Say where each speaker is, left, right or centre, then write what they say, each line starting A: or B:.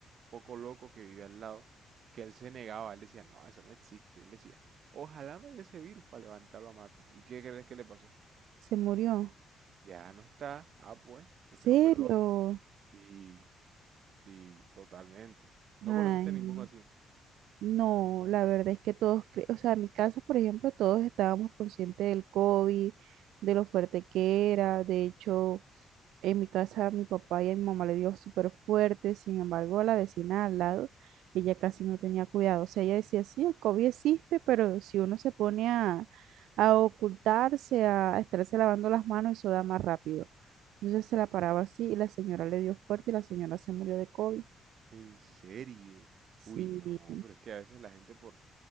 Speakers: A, on the right; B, on the right.
A: poco loco que vive al lado, que él se negaba, él decía, no, eso no existe, él decía, ojalá me dé ese virus para levantarlo a mata. ¿Y qué crees que le pasó?
B: se murió.
A: Ya no está. Ah, pues, eso
B: ¿Serio?
A: no perdona. Sí, sí, totalmente. No
B: Ay,
A: conociste ninguno así.
B: no, la verdad es que todos, cre- o sea, en mi casa, por ejemplo, todos estábamos conscientes del COVID, de lo fuerte que era. De hecho, en mi casa mi papá y a mi mamá le dio súper fuerte, sin embargo, a la vecina al lado, ella casi no tenía cuidado. O sea, ella decía, sí, el COVID existe, pero si uno se pone a, a ocultarse, a, a estarse lavando las manos, eso da más rápido. Entonces se la paraba así y la señora le dio fuerte y la señora se murió de COVID.
A: ¿En serio?
B: Sí.
A: Uy, no, pero es que a veces la gente por,